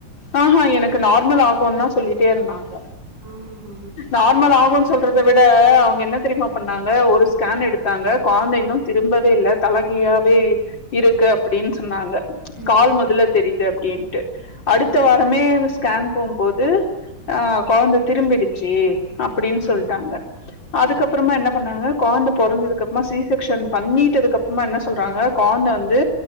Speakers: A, on the left; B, on the right.
A: ஆ அ எனக்கு நார்மல் ஆகு தா சொல்லிட்டே இருந்தாங்க
B: ஆஹா
A: நார்மல் ஆகு சொல்டறத விட அவுங்க என்ன தெரியுமா பண்ணாங் க ஒரு ஸ்கேன் எடுத்தாங்க காந்தைளு திரும்பவே இல்ல தலகிழாவே இருக்கு அப்டின்னு சொன்னாங்க
B: ம்
A: கால் மொதல தெரியுது அப்டின்ட்டு
B: ம்
A: அடுத்த
B: ம்
A: வாரமே ஸ்கேன் போம்போது ஆ கொழந்த திரும்பிடுச்சு அப்டின்னு
B: ம்
A: சொல்ட்டாங்க அதுக்கப்பறமா என்ன பண்ணாங்க கொந்த பொறந்ததுக்கு அப்றோமா சி செக்க்ஷன்ல பண்ணிட்டதுக்கு அப் பறமா என்ன சொல்றாங்க கான்டந்த வந்து